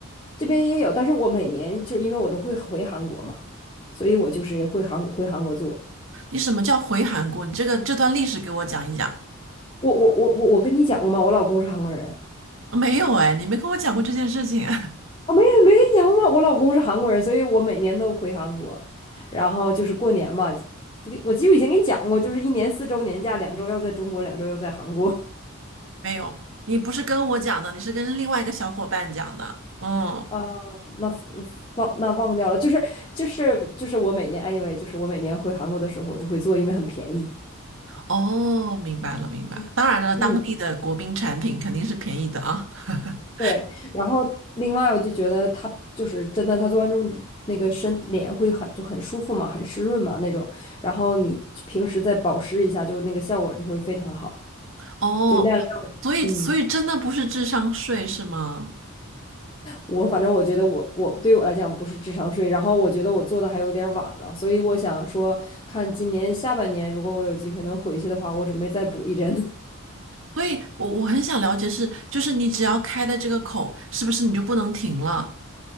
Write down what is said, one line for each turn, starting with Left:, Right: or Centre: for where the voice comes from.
Left: 这边也有，但是我每年就是因为我都会回韩国嘛，所以我就是会韩回韩国做。
Right: 你什么叫回韩国？你这个这段历史给我讲一讲。
Left: 我我我我我跟你讲过吗？我老公是韩国人。
Right: 啊没有哎，你没跟我讲过这件事情，
Left: 啊，没有没跟你讲过吗？我老公是韩国人，所以我每年都回韩国。然后就是过年嘛，这个我记得我以前跟你讲过，就是一年四周年假，两周要在中国，两周要在韩国。
Right: <laughs> 没有，你不是跟我讲的，你是跟另外一个小伙伴讲的。嗯，
Left: 啊，那 f- f- 忘那忘掉了，就是就是就是我每年 anyway，就是我每年回韩国的时候，我就会做，因为很便宜。
Right: 哦，明白了，明白。
Left: 嗯，
Right: 当然了，当地的国宾产品肯定是便宜的啊。
Left: 嗯
Right: <laughs>
Left: 对，然后另外我就觉得它就是真的，它做完之后你的那个身脸会很就很舒服嘛，很湿润嘛那种，然后你平时再保湿一下，就那个效果就会非常好，
Right: 哦，
Left: 就亮亮的。
Right: 所以所以真的不是智商税是吗？
Left: 嗯，我反正我觉得我我对我来讲不是智商税，然后我觉得我做的还有点儿晚了，所以我想说，看今年下半年如果我有机会能回去的话，我准备再补一针。
Right: 所以我我很想了解是，就是你只要开了这个口，是不是你就不能停了？